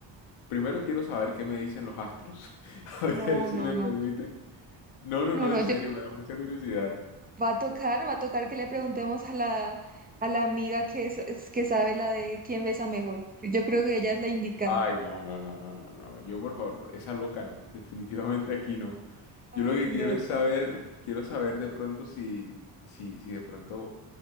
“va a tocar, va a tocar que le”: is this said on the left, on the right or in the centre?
Right